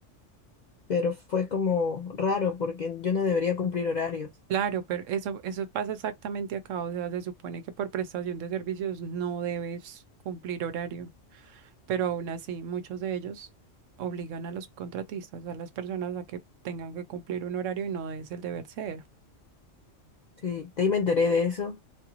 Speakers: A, on the left (about 65°); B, on the right (about 80°).
A: Pero fue como raro porque yo no debería cumplir horarios.
B: Claro, pero eso, eso pasa exactamente acá. O sea, se supone que por prestación de servicios no debes cumplir horario, pero aún así muchos de ellos obligan a los contratistas, a las personas a que tengan que cumplir un horario y no es el deber ser.
A: Sí, de ahí me enteré de eso.